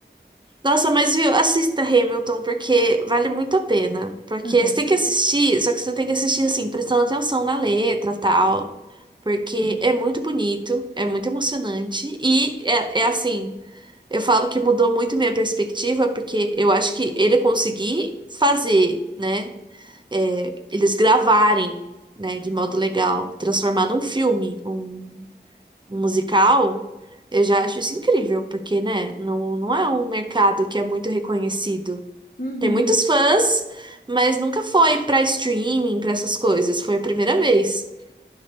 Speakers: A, on the right; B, on the left.
A: Nossa, mas viu, assista Hamilton, porque vale muito a pena. Porque
B: Aham.
A: você tem que assistir, só que você tem que assistir assim, prestando atenção na letra e tal. Porque
B: Uhum.
A: é muito bonito, é muito emocionante e é é assim. Eu falo que mudou muito minha perspectiva, porque eu acho que ele conseguir fazer, né? é, eles gravarem, né, de modo legal, transformar num filme, um, um musical, eu já acho isso incrível, porque, né, não, não é um mercado que é muito reconhecido.
B: Uhum.
A: Tem muitos fãs, mas nunca foi pra streaming, pra essas coisas. Foi a primeira vez